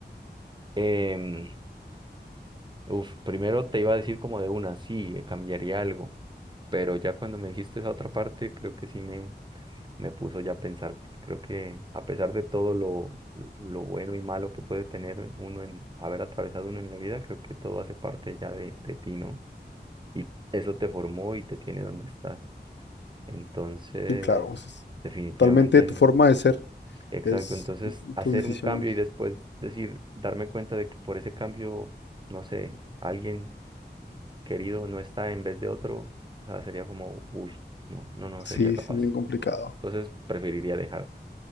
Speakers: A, on the right; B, on the left.
A: em, uf, primero te iba a decir como de una, sí, eh, cambiaría algo, pero ya cuando me dijiste esa otra parte, creo que sí me, me puso ya a pensar, porque creo que a pesar de todo lo, lo bueno y malo que puede tener uno en haber atravesado uno en la vida, creo que todo hace parte ya de, de ti, ¿no? y eso te formó y te tiene donde estás. Entonces,
B: sí, claro, es es
A: definitivamente,
B: totalmente tu
A: en-
B: forma de ser.
A: exacto.
B: Es
A: Entonces, hacer
B: tus decisiones.
A: un cambio y después decir, darme cuenta de que por ese cambio, no sé, alguien querido no está en vez de otro, o sea, sería como, uy, no, no, no
B: Sí,
A: sería capaz.
B: sí, es bien complicado.
A: Entonces, preferiría dejar